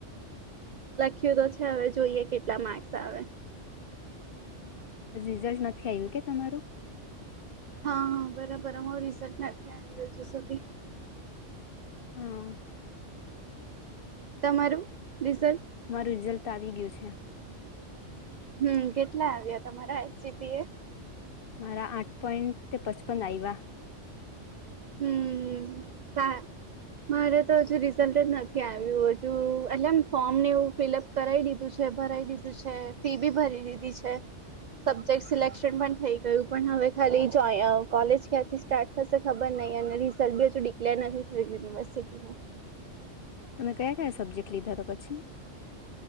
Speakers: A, on the right; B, on the left.
A: લખ્યું તો છે હવે જોઈએ કેટલા માર્ક્સ આવે.
B: અજી રિઝલ્ટ નથી આવ્યું કે તમારું?
A: હા બરાબર અમારું રિઝ્ટ નથી આવી હજુ સુધી.
B: હમ્મ
A: તમારું રિઝલ્ટ?
B: મારું રિઝલ્ટ આવી ગયું છે.
A: હમ્મ. કેટલા આવ્યા તમારા એસજીપી એ?
B: મારા આઠ પોઈન્ટ તે પચપન આયવા.
A: હમ સા. મારે તો હજુ રિઝલ્ટ જ નથી આવ્યું હજુ એટલે એમ ફોર્મ નેવું ફિલઅપ કરાવી દીધું છે. ભરાઈ દીધું છે ફી બી ભરી દીધી છે. સબ્જેક્ટ સિલેક્શન પણ થઈ ગયું પણ હવે ખાલી કોલેજ ક્યાંથી સ્ટાર્ટ થશે ખબર નઈ અને રિસર્ટ બી ડિક્લેર નથી થયું યુનિવર્સિટીનું.
B: તમે કયા કયા સબ્જેક્ટ લીધા તો પછી?